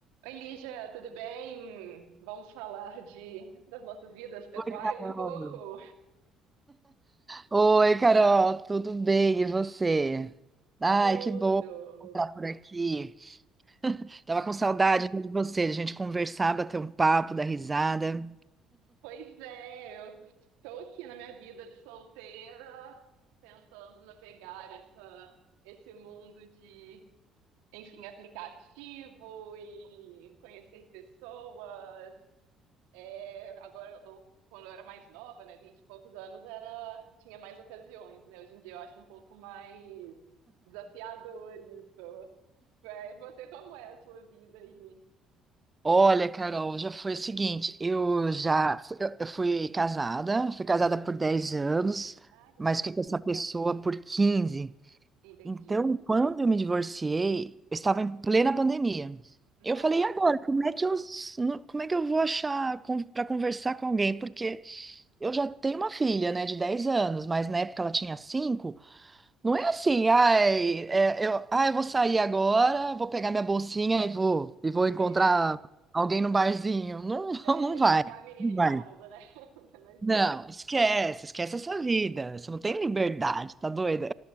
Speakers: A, on the right (about 65°); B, on the right (about 20°).
A: Oi, Lígia, tudo bem? Vamos falar de das nossas vidas pessoais
B: Oi, Carol.
A: um pouco?
B: Oi, Carol, tudo bem? E você? Ai,
A: Tudo.
B: que bom estar por aqui. Tava com saudade de você, de a gente conversar, bater um papo, dar risada.
A: Pois é, eu estou aqui na minha vida de solteira, tentando navegar essa, esse mundo de, enfim, aplicativo e conhecer pessoas. É, agora, eu- quando eu era mais nova, né, 20 e poucos anos, era, tinha mais ocasiões, né? Hoje em dia eu acho um pouco mais desafiador isso. É, você, como é a sua vida aí?
B: Olha, Carol, já foi o seguinte, eu já fui, eu eu fui casada, fui casada por 10 anos,
A: Ah, que
B: mas
A: legal.
B: fiquei com essa pessoa por 15.
A: Entendi.
B: Então, quando eu me divorciei, eu estava em plena pandemia.
A: Nossa.
B: Eu falei, e agora, como é que eu, como é que eu vou achar para conversar com alguém? Porque Eu já tenho uma filha, né, de 10 anos, mas na época ela tinha 5. Não é assim, ai, é, eu, ai, eu vou sair agora, vou pegar minha bolsinha e vou, e vou encontrar
A: É,
B: alguém no barzinho. Não, <laughs>
A: é,
B: não vai.
A: largar a menina
B: Não
A: em
B: vai.
A: casa, né? <laughs> Você não existe.
B: Não, esquece, esquece essa vida. Você não tem liberdade, tá doida?